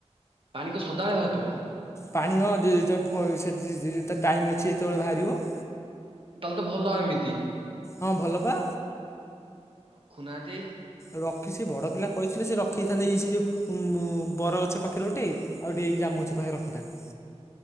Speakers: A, on the right (about 50°); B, on the left (about 25°).
A: ପାଣି କଣ ସଦାବେଳେ ବାହାରୁଥିବ?
B: ପାଣି ହଁ <unintelligible> ତା ଟାଇମ୍ ଅଛି ଯେତବେଳେ ବାହାରିବ।
A: ତାହେଲେ ତ ଭଲ ଏମିତି।
B: ହଁ ଭଲ ପା।
A: ରଖୁନାହାନ୍ତି?
B: ରଖି ସେ ବଡ଼ ପିଲା କହିଥିଲେ ସିଏ ରଖିଦେଇଥାନ୍ତେ ଏଇ ସେଇ ଯୋଉ <unintelligible> ବରଗଛ ପାଖରେ ଗୋଟେ। ଆଉ ଟିକେ ଏଇ ଜାମୁଗଛ ପାଖରେ ରଖିଥାନ୍ତି।